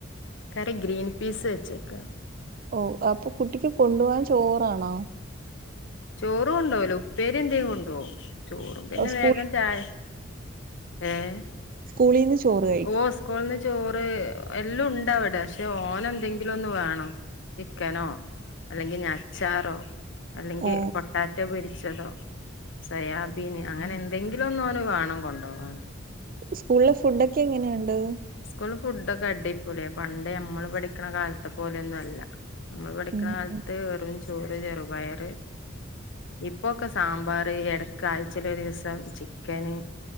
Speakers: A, on the left (about 65°); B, on the right (about 45°).
A: കറി ഗ്രീൻ പീസ് വെച്ചേക്കാ.
B: ഓഹ് അപ്പൊ കുട്ടിക്ക് കൊണ്ടോവാൻ ചോറാണോ?
A: ചോറ് കൊണ്ടേവൂല ഉപ്പേരി എന്തെലും കൊണ്ടോവും. ചോറും പിന്നെ
B: ഓ, സ്കൂളിൽ
A: വേഗം ചായ ഏഹ്
B: സ്കൂളീന്ന് ചോറ് കഴി
A: ഓഹ് സ്കൂൾന്ന് ച ചോറ് എല്ലം ഉണ്ടവടെ പക്ഷെ ഓന് എന്തെങ്കിലൊന്ന് വേണം ചിക്കനോ? അല്ലെങ്കി ഇഞ്ഞി അച്ചാറോ അല്ലെങ്കിൽ
B: ഓ
A: പൊട്ടാറ്റോ പൊരി ച്ചതോ സേയാബീന് അങ്ങനെ എന്തെങ്കിലൊന്ന് ഓന് വേണം കൊണ്ടോവാന്.
B: സ്കൂൾല് ഫുഡൊക്കെ എങ്ങനെയുണ്ട്.
A: സ്കൂൾല് ഫുഡൊക്കെ അടിപെളിയാ പണ്ടേ നമ്മള് പഠിക്ക്ണ കാലത്തെ പോലെയൊന്നൊല്ലാ. നമ്മള് പഠിക്ക്ണ
B: ഉം
A: കാലത്ത് വെറും ചോറ് ചെറുപയറ്. ഇപ്പൊക്കെ സാമ്പാറ് എടക്ക് ആഴ്ചെല് ഒരു ദിവസം ചിക്കന്.